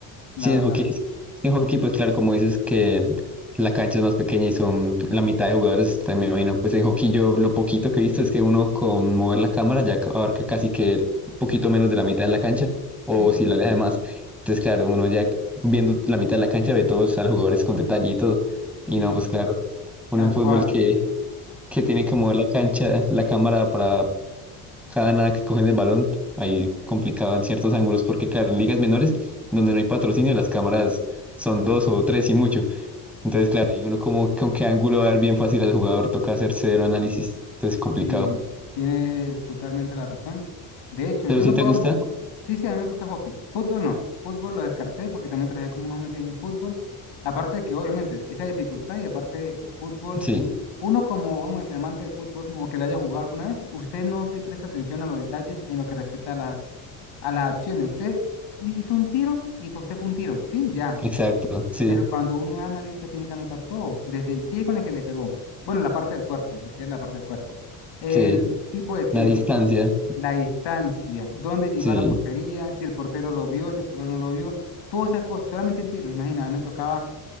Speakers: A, on the left (about 70°); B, in the centre.
A: la
B: Sí,
A: verdad.
B: en hockey, es- en hockey, pues claro, como dices que la cancha es más pequeña y son la mitad de jugadores, también me imagino, pues en hockey yo lo poquito que he visto es que uno con mover la cámara ya ca- abarca casi que un poquito menos de la mitad de la cancha, o
A: Sí,
B: si la aleja más. Entonces, claro, uno ya viendo la mitad de la cancha ve todos a los jugadores con detalle y todo. Y
A: sí,
B: no, pues claro, uno
A: tal
B: en fútbol
A: cual.
B: que, que tiene que mover la cancha, la cámara para cada nada que cogen el balón, ahí complicado en ciertos ángulos, porque claro, en ligas menores, donde no hay patrocinio, las cámaras son dos o tres y mucho. Entonces, claro, ahí uno como con qué ángulo va a ver bien fácil al jugador, toca hacer cero análisis, entonces complicado.
A: Sí, tienes totalmente la razón. De hecho,
B: Pero
A: yo
B: si
A: no
B: Sí, te
A: puedo...
B: gusta,
A: mo- Sí, sí, a mí me gusta hockey. Fútbol no. Fútbol lo descarté porque también trabajé como unos meses en fútbol. Aparte de que, obviamente, esa dificultad y aparte fútbol,
B: sí,
A: uno como, vamos a decir, amante de fútbol o que le haya jugado alguna vez, usted no se presta atención a los detalles en lo que respecta a las, a las acciones. Usted hi- hizo un tiro y para usted fue un tiro, ¿sí? Ya,
B: exacto, sí,
A: pero cuando uno es analista tiene que anotar todo, desde el pie con el que le pegó, bueno, la parte del cuerpo, porque es la parte del cuerpo, el
B: sí,
A: tipo de tiro,
B: la distancia,
A: la distancia, dónde llegó
B: sí,
A: a la portería, si el portero lo vio, si el portero no lo vio, todas esas cosas, solamente en tiro, imagina, me tocaba,